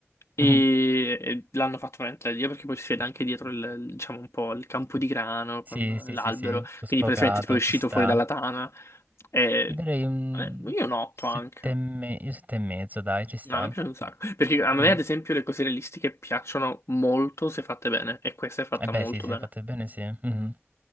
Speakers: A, on the left; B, on the right.
A: E,
B: Mhm.
A: e l'hanno fatto veramente da Dio perché poi si vede anche dietro il, il- diciamo un po' il campo di grano
B: Sì,
A: con
B: sì,
A: l'albero.
B: sì, sì, sto sfocato,
A: Quindi praticamente tipo è uscito
B: ci sta.
A: fuori dalla tana. E,
B: Gli darei un
A: eh, io noto
B: sette
A: anche.
B: e, me- io sette e mezzo, dai, ci sta.
A: No, mi piace un sacco. Perché a me,
B: Mhm.
A: ad esempio, le cose realistiche piacciono molto se fatte bene. E questa è fatta
B: Eh beh,
A: molto
B: sì, se
A: bene.
B: fate bene, sì. Mhm.